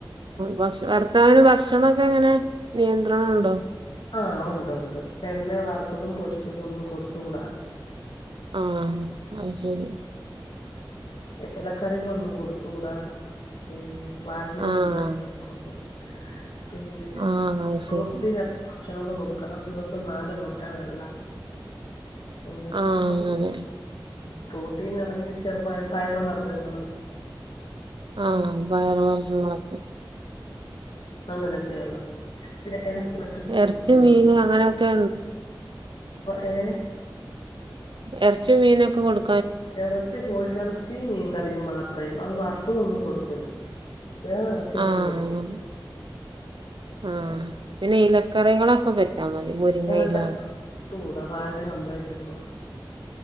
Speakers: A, on the right; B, on the left.
A: ഭക്ഷ ഭർത്താവിന് ഭക്ഷണൊക്കെ എങ്ങനെ നിയന്ത്രണം ഉണ്ടോ
B: ആഹ് ഒണ്ട് ഒണ്ട് എണ്ണെ വറുത്തതും പൊരിച്ചതും ഒന്നും കൊടുത്തുകൂടാ
A: ആഹ് അത് ശരി
B: എലക്കറികളൊന്നും കൊടുത്തൂടാ പിന്നെ- വാൽവിനെ
A: ആഹ്
B: കംപ്ലൈൻ്റ് ഉണ്ട് അത്കൊണ്ട് പിന്നെ
A: ആഹ് അത്
B: പ്രോട്ടിൻ
A: ശരി
B: അടങ്ങിയത് ഭക്ഷണങ്ങൾ കൊടുക്കണം ദിവസം നാല് മുട്ട വെള്ള അങ്ങനെയൊക്കെ
A: ആഹ്
B: ഉണ്ട്
A: അങ്ങനെ
B: പ്രോട്ടീൻ അടങ്ങിയ ചെറുപയ പയറു വർഗങ്ങള്
A: ആഹ് പയറുവർഗ്ഗങ്ങളൊക്കെ
B: അങ്ങനെയൊക്കെ ഉള്ളത്. പിന്നെ ദിവസം പത്ത്
A: എറച്ചി
B: ദിവസം
A: മീന് അങ്ങനൊക്കെ
B: ഏ
A: ഇറച്ചി മീനൊക്കെ കൊടു
B: ഇറച്ചി കോഴിയിറച്ചിയും മീൻകറിയും മാത്രയും അത് വറുത്തതൊന്നും കൊടുക്കരുത് വേറെ ഇറച്ചിയൊന്നും
A: ആഹ്
B: കൊടുക്ക
A: ആഹ്
B: ആ
A: പിന്നെ ഇലക്കറികളൊക്കെ പ തി മുരിങ്ങയില
B: ഇലക്കറി കൂടാ <unintelligible>